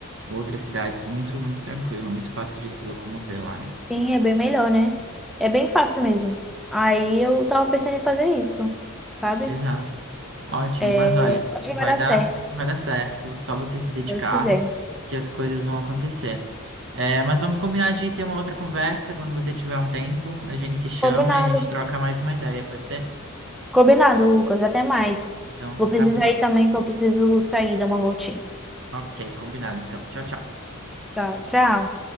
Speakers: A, on the right; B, in the centre.
A: outras cidades muito, muito tranquila, muito fácil de se locomover lá, né?
B: sim, é bem melhor, né? É bem fácil mesmo. Aí eu tava pensando em fazer isso, sabe?
A: Exato. Ótimo,
B: É,
A: mas olha,
B: acho
A: vai
B: que vai dar
A: dar,
B: certo,
A: vai dar certo, só você se dedicar
B: se Deus quiser.
A: que as coisas vão acontecer. É, mas vamos combinar de ter uma outra conversa quando você tiver um tempo, a gente se chama
B: Combinado.
A: e a gente troca mais uma ideia, pode ser?
B: Combinado, Lucas. Até mais.
A: Então,
B: Vou precisar
A: tá bom.
B: ir também, que eu preciso sair, dar uma voltinha.
A: Ok, combinado então. Tchau, tchau.
B: Tá, tchau.